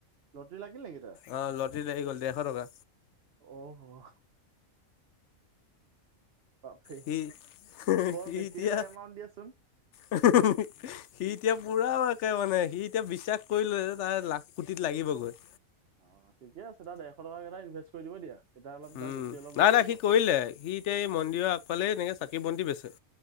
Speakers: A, on the right; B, on the left.
A: লটৰী লাগিল নেকি তাৰ?
B: অ' লটাৰী লাগি গ'ল দেৰশ টকা।
A: অহ'। অ', বাপৰে
B: সি
A: বৰ
B: সি
A: বেছিয়েটা
B: এতিয়া
A: এমাউট দিয়াচোন।
B: সি এতিয়া পুৰা তে মানে, সি এতিয়া বিশ্বাস কৰিলোঁ যে তাৰ লাখ পুটিত লাগিবগৈ।
A: অ', ঠিকে আছে তাৰ ডেৰশ টক কেইটা ইনভেষ্ট কৰি দিব দিয়া। তেতিয়া অলপ তাৰ
B: উম,
A: বেছি অলপ
B: নাই,
A: লাভ
B: নাই
A: হ'ব।
B: সি কৰিলে সি এতিয়া এই মন্দিৰৰ আগফালে এনেকে চাকি বন্তি বেচে।